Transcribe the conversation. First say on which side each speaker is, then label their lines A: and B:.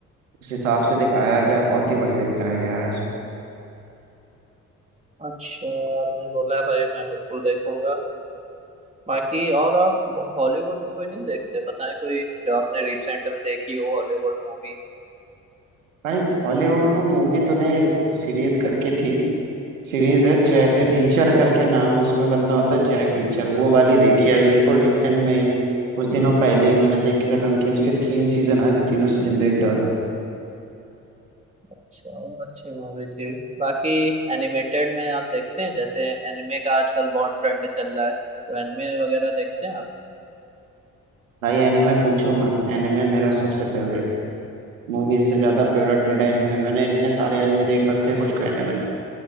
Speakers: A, on the right (about 80°); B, on the right (about 15°).
A: उस हिसाब से दिखाया गया बहुत ही बढ़िया दिखाया गया है इसमें।
B: अच्छा आपने बोला है भाई मैं बिल्कुल देखूंगा बाकी और आप हॉलीवुड में कोई नहीं देखते बताएं कोई जो आपने रिसेंट में देखी हो हॉलीवुड मूवी
A: भाई हॉलीवुड में मूवी तो नहीं एक सीरीज करके थी सीरीज है जै रीचर करके नाम है उसमें बंदा होता है जैक रीचर वो वाली देखी है अभी बिल्कुल रिसेंट में ही कुछ दिनों पहले ही मैंने देख के खत्म की उसके तीन सीजन आए थे तीनों सीजन देख डाल
B: अच्छा वो अच्छी मूवी थी बाकी एनिमेटेड में आप देखते हैं जैसे एनिमे का आजकल बहुत ट्रेंड चल रहा है तो एनिमे वगैरह देखते हैं
A: भाई एनिमे पूछो मत एनिमे मेरा सबसे फेवरेट मूवीज से ज्यादा फेवरेट मेरा एनिमे मैंने इतने सारे एनिमे देख रखे हैं, कुछ कहने का नहीं